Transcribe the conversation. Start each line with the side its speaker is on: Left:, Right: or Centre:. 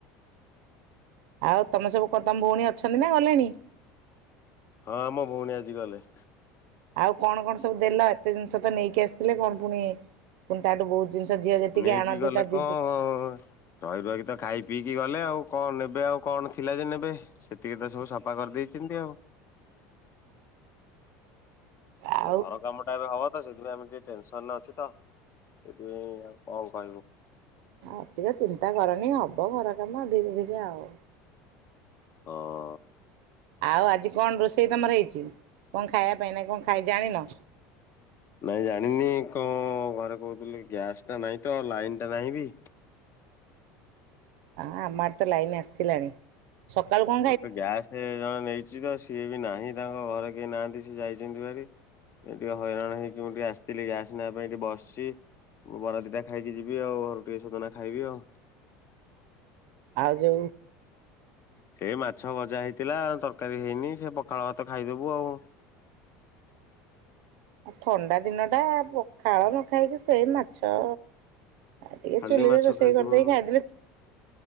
Right: ଆଉ ତମେ ସବୁ ତମ ଭଉଣୀ ଅଛନ୍ତି ନା ଗଲେଣି?
Left: ହଁ ଆମ ଭଉଣୀ ଆଜି ଗଲେ।
Right: ଆଉ କଣ କଣ ସବୁ ଦେଲ? ଏତେ ଜିନିଷ ତ ନେଇକି ଆସିଥିଲେ କଣ ପୁଣି ପୁଣି ତାଠୁ ବହୁତ ଜିନିଷ ଝିଅ ଯେତିକି
Left: ନେଇକି
Right: ଆଣନ୍ତି
Left: ଗଲେ
Right: ତା ଦି
Left: କଣ ଅ ରହି ରହି କି ତ ଖାଇ ପିଇକି ଗଲେ ଆଉ କଣ ନେବେ ଆଉ କଣ ଥିଲା ଯେ ନେବେ। ସେତିକି ତ ସବୁ ସଫା କରିଦେଇଛନ୍ତି ଆଉ।
Right: ଆଉ
Left: ତ ଘରକାମଟା ଏବେ ହବ ସେଥିପାଇଁ ଆମେ ଟିକେ ଟେନସନ ଅଛି ତ ସେଥିପାଇଁ ଆଉ କଣ କହିବୁ?
Right: ଆଉ ଟିକେ ଚିନ୍ତା କରନି ହବ ଘର କାମ ଧୀରେ ଧୀରେ ଆଉ
Left: ହଁ ଅଁ
Right: ଆଉ ଆଜି କଣ ରୋଷେଇ ତମର ହେଇଛି, କଣ ଖାଇବା ପାଇଁ ନା କଣ ଖାଇ ଜାଣିନ?
Left: ନାଇଁ ଜାଣିନି କଣ ଘରେ କହୁଥିଲେ ଗ୍ୟାସ ଟା ନାଇଁ ତ ଲାଇନ ଟା ନାହିଁ ବି?
Right: ହଁ ଆମ ତ ଲାଇନ ଆସିିଲାଣି। ସକାଳୁ କଣ?
Left: ଗୋଟେ ଗ୍ୟାସ ଜଣେ ନେଇଛି ତ ସିଏ ବି ନାହିଁ ତାଙ୍କ ଘରେ କେହି ନାହାନ୍ତି ସିଏ ଯାଇଛନ୍ତି ଭାରି। ଏ ଟିକେ ହଇରାଣ ହେଇକି ମୁଁ ଟିକେ ଆସିଥିଲି ଗ୍ୟାସ ନବା ପାଇଁ ଏଇଠି ବସିଛି। ମୁ ବରାଦିଟା ଖାଇକି ଯିବି ଆଉ ଘରୁ ଟିକେ ଶୋଦନା ଖାଇବି ଆଉ।
Right: ଆଉ ଯଉ
Left: ସେ ମାଛ ଭଜା ହେଇଥିଲା ତରକାରୀ ହେଇନି ସେ ପଖାଳ ଭାତ ଖାଇଦବୁ ଆଉ
Right: ଆଉ ଥଣ୍ଡା ଦିନଟା ପଖାଳ ନ ଖାଇକି ସେଇ ମାଛ ଆଉ ଟିକେ
Left: ଖାଲି
Right: ଚୁଲିରେ
Left: ମାଛ
Right: ରୋଷେଇ
Left: ଖାଇଦବୁ
Right: କରିଦେଇକି
Left: ନହେଲେ
Right: ଖାଇଦେଲେ